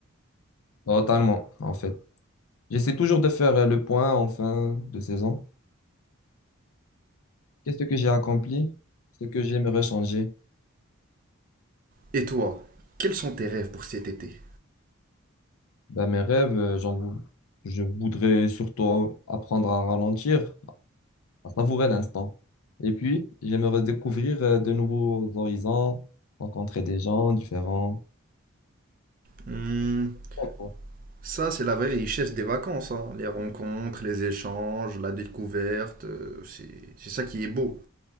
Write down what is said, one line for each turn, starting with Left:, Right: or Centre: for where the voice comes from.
Left: Totalement, en fait. J'essaie toujours de faire euh, le point en fin de saison. Qu'est-ce que j'ai accompli? Ce que j'aimerais changer?
Right: Et toi, quels sont tes rêves pour cet été
Left: Ben, mes rêves, euh, j'en vou- je voudrais surtout apprendre à ralentir, à savourer l'instant. Et puis, j'aimerais découvrir euh, de nouveaux horizons, rencontrer des gens différents.
Right: Hmm,
Left: Bon, Quoi.
Right: Ça, c'est la vraie richesse des vacances, hein. Les rencontres, les échanges, la découverte, euh, c'est c'est ça qui est beau.